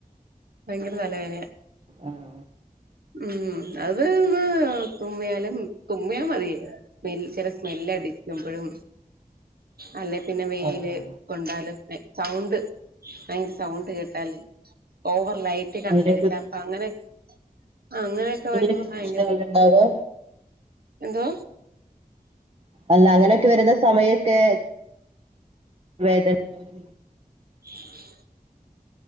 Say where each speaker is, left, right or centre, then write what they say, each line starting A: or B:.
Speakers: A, on the right; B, on the right.
A: ബൈങ്കര തലവേനയാ.
B: ആണോ
A: ഉം അത് ഒന്ന് തുമ്മിയാലും തുമ്മിയാ മതി ആഹ് സ്മെൽ ചെല സ്മെല്ല് അടിക്കുമ്പോഴും അല്ലെ പിന്നെ വെയ്ല്.
B: ഓ ഓ
A: കൊണ്ടാലൊക്കെ സൗണ്ട് ഭയങ്കര സൗണ്ട് കേട്ടാല് ഓവർ ലൈ റ്റ് കണ്ണിലടിച്ചാ
B: അങ്ങനെയൊക്കെ
A: അപ്പ അങ്ങനെക്ക് ആഹ് അങ്ങനെ
B: ഇതിനൊക്കെ
A: വരുമ്പോ ഭയങ്കര
B: പ്രശ്നങ്ങള് ഇണ്ടാവോ
A: എന്തോ.
B: അല്ല അങ്ങനെഒക്കെ വെരുന്ന സമയൊക്കേ വേദന ഇണ്ടോന്ന്
A: <inaudible>